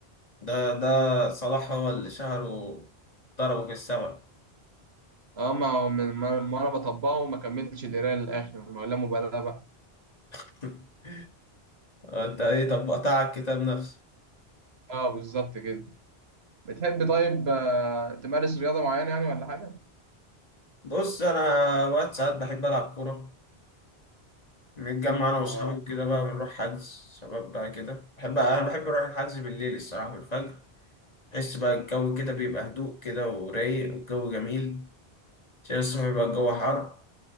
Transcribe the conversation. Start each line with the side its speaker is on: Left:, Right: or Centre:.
Left: ده ده صلاح هو اللي شهره ضربه في السما
Right: اه ما هو من ما ما انا بطبقه ما كملتش القرايه للاخر ما لا مبالاه بقى
Left: <laughs> انت ايه طبقت على الكتاب نفسه
Right: اه بالظبط كده بتحب طيب آه، تمارس رياضه معينه يعني ولا حاجه
Left: بص انا وقت ساعات بحب العب كوره نتجمع انا
Right: اه
Left: واصحابي وكده بقى بنروح حجز شباب بقى كده بحب انا بحب اروح الحجز بالليل الصراحه بالفجر تحس بقى الجو كده بيبقى هدوء كده ورايق والجو جميل عشان الصبح بيبقى الجو حر